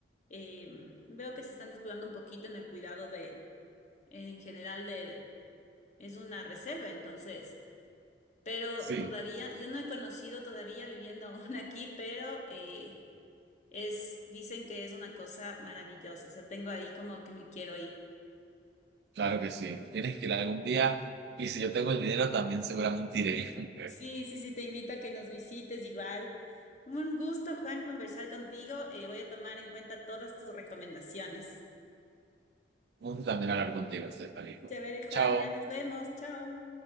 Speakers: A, on the left; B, on the right.
A: eh, veo que se están descuidando un poquito en el cuidado de, en general, de, es una reserva, entonces, pero
B: Sí,
A: todavía, yo no he conocido todavía viviendo <laughs> aún aquí, pero eh, es, dicen que es una cosa maravillosa, o sea, tengo ahí como que me quiero ir.
B: claro que sí. Tienes que ir algún día y si yo tengo el dinero también seguramente iré. <laughs>
A: Sí, sí, sí, te invito a que nos visites igual. Un gusto, Juan, conversar contigo. eh, voy a tomar en cuenta todas tus recomendaciones.
B: Un gusto también hablar contigo, Estefanía.
A: Chévere, Juan,
B: Chao.
A: ya nos vemos. Chao.